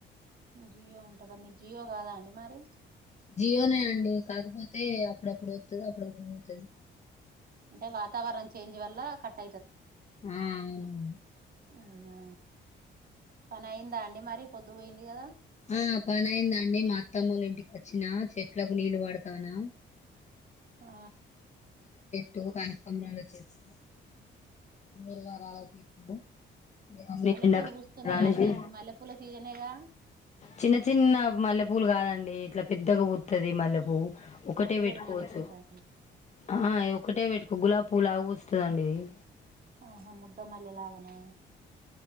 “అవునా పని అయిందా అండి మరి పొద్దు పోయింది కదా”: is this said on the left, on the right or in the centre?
Right